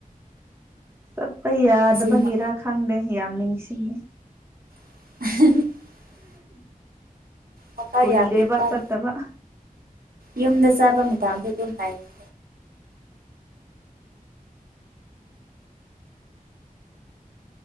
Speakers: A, on the right (about 15°); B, on the right (about 80°).
A: ꯆꯠꯄ ꯌꯥꯗꯕꯒꯤꯔꯥ
B: ꯑꯁꯦꯡꯕ
A: ꯈꯪꯗꯦ ꯌꯥꯝ ꯅꯤꯡꯁꯤꯡꯉꯤ
B: <unintelligible> ꯃꯈꯥ
A: ꯀꯨꯏꯔꯦꯕ
B: ꯌꯥꯝ ꯄꯤꯛꯊꯥꯏ
A: ꯆꯠꯇꯕ
B: ꯌꯨꯝꯗ ꯆꯠꯄ ꯃꯇꯝꯗꯗꯤ ꯑꯗꯨꯝ ꯂꯩꯈꯤ